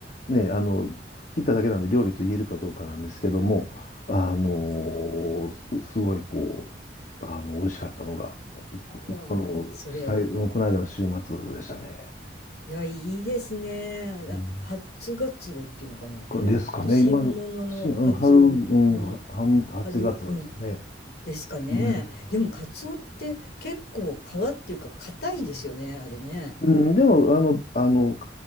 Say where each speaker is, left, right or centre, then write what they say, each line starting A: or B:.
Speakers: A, on the left; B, on the left.
A: あ、ね、あの、切っただけなんで料理と言えるかどうかなんですけども、あの
B: いや、
A: ーすすごいこう、あの、美味しかったのが、こ、
B: わあそれ、
A: この、さい、この間の週末でしたね。
B: いや、いいですね。な初ガツオっていうのかな。
A: うんこれですかね、
B: え、えっと、新物のカツオの、
A: 今の、し、うん春、うん、
B: の
A: は初月までですかね。
B: 春、うん、ですかね。
A: うん
B: でも、カツオって結構皮っていうか、硬いですよね、あれね。
A: うん、でも、あの、あの、皮